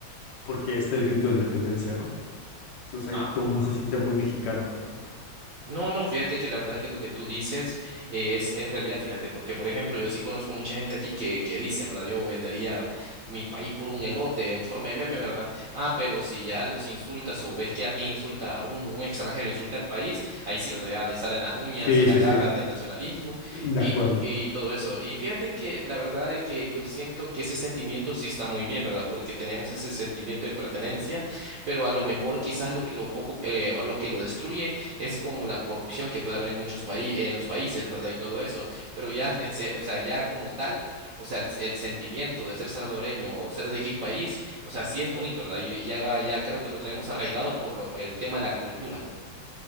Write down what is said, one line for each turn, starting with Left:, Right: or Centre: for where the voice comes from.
Left: porque está el grito de independencia, ¿no? Entonces ahí
Right: Ajá.
Left: todo el mundo se siente muy mexicano, por ejemplo.
Right: No, no, fíjate que la verdad que lo que tú dices eh, es, es realidad, fíjate, porque por ejemplo yo sí conozco mucha gente aquí que, que dicen, ¿verdad? Yo vendería mi país por un elote en forma de meme, ¿verdad? Ah, pero si ya los insultas o ves que alguien insulta, un, un extranjero insulta al país, ahí sí, ¿verdad? Ya le salen las uñas
Left: Sí,
Right: y las
Left: sí,
Right: garras
Left: sí.
Right: del nacionalismo
Left: De
Right: y,
Left: acuerdo.
Right: t- y todo eso. Y fíjate que la verdad de que yo siento que ese sentimiento sí está muy bien, ¿verdad? Porque tenemos ese sentimiento de pertenencia, pero a lo mejor quizás lo, que- lo poco, eh, lo que lo destruye es como la corrupción que puede haber en muchos países, en los países, ¿verdad? Y todo eso, pero ya, en, se- o sea, ya como tal, o sea, el, el sentimiento de ser salvadoreño o ser de X país, o sea, sí es bonito, ¿verdad? Y y ya, ya creo que lo traemos arraigado por lo- el tema de la cultura.